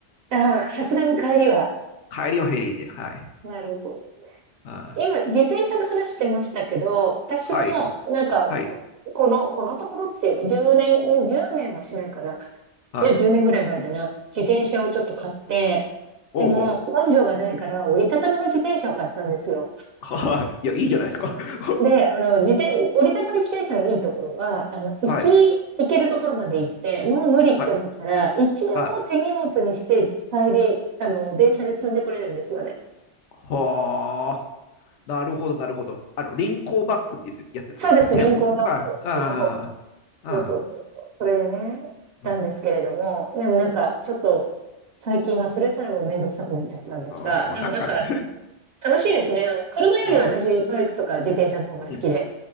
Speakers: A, on the right; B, on the left.
A: ああ、さすがに帰りは。
B: 帰りはフェリーで、はい。
A: なるほど。
B: あー
A: 今、自転車の話してましたけど、私も、
B: はい、
A: なんか、
B: はい、
A: この、このところっていうか、10年、うん年はしないかな。いや、
B: はい。
A: 10年ぐらい前だな。自転車をちょっと買って、
B: おうほうほ
A: でも、根性がないから、折りたたみの自転車を買ったんですよ。
B: う。はい。いや、いいじゃないですか。<laughs>
A: で、あの、自転、折りたたみ自転車のいいところは、あの、行き、
B: はい、
A: 行けるところまで行って、もう無理って思ったら、
B: はい、
A: 一応手荷物にして、
B: はい。
A: 帰り、あの、電車で積んでこれるんですよね。
B: はあ、なるほど、なるほど。あの、リンコーバックっていうやつですかね。
A: そうです、リンコーバッグ。
B: 違います。ああ、あ
A: リンコーバッグ。
B: あ、あ
A: そうそうそうそう。それでね、
B: あ、
A: なんですけれども、でもなんか、ちょっと、最近はそれさえもめんどくさくなっちゃったんですが、
B: あもうなんか
A: でもなんか、
B: <laughs>
A: 楽しいですね。あの、車より私、
B: ああ、
A: バイクとか自転車の方が好きで。
B: うん、うん、